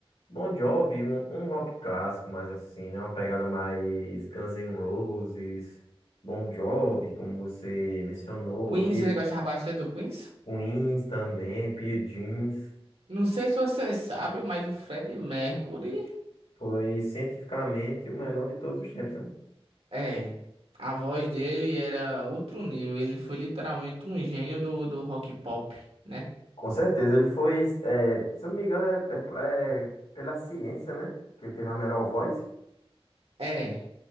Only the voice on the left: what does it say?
Bon Jovi, um, um rock clássico, mais assim, né? Uma pegada mais Guns N' Roses, Bon Jovi, como você mencionou,
Peer
Queens também, Peer Jeans.
Foi cientificamente o melhor de todos os tempos, né?
Com certeza, ele foi, é, se eu não me engano, é, é- é pela ciência, né? Que ele teve a melhor voz.